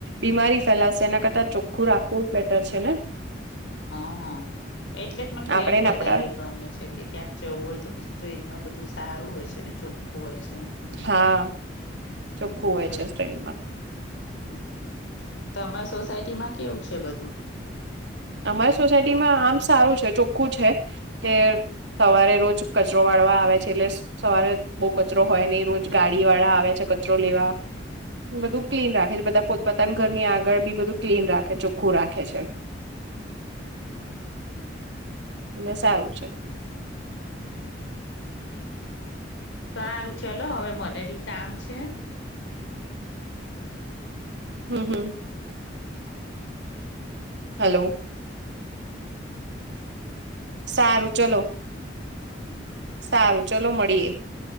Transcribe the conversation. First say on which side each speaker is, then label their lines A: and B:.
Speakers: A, on the right; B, on the left.
A: બીમારી ફેલાશે એના કરતાં ચોખ્ખું રાખવું બેટર છે ને.
B: હા એટલે જ મને ટ્રેન
A: આપણેે
B: વધારે
A: ને આપડા
B: ગમે છે કે ક્યાંક જવું હોય તો પછી ટ્રેનમાં બધું સારું હોય છે ને ચોખ્ખું હોય છે. હમ
A: હા ચોખ્ખું
B: હમ
A: હોય
B: દસ
A: છે ટ્રેનમાં.
B: હમ તો અમારા સોસાયટી માં કેવું છે બધું?
A: અમારી સોસાયટીમાં આમ સારું છે ચોખ્ખું છે કે સવારે રોજ કચરો વાળવા આવે છે એટલે સવારે બહુ કચરો હોય ને રોજ ગાડી વાળા આવે છે કચરો લેવા.
B: હમ.
A: બધું ક્લીન રાખે છે બધા પોતપતાના ઘરની આગળ બી બધું ક્લીન રાખે ચોખ્ખું રાખે છે. એટલે સારું
B: બરાબર છે સારું ચલો હવે મને બી કામ છે
A: હમ હમ હેલો સારું ચલો સારું ચલો મળીએ